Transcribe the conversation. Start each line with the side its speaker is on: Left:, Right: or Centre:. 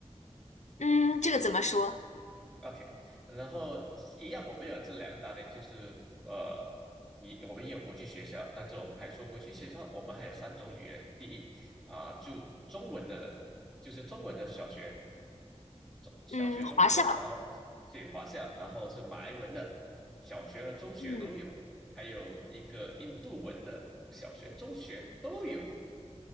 Left: 嗯，这个怎么说？
Centre: OK，然后一样，我们有这两大类，就是呃，你我们也有国际学校，但是我们排除国际学校，我们还有三种语言。第一啊、就中文的，就是中文的小学、中小学、
Left: 嗯，
Centre: 中学，
Left: 华校，
Centre: 然后这有华校，然后是马来文的小学和中学都有，
Left: 嗯
Centre: 还有一个印度文的小学、中学都有。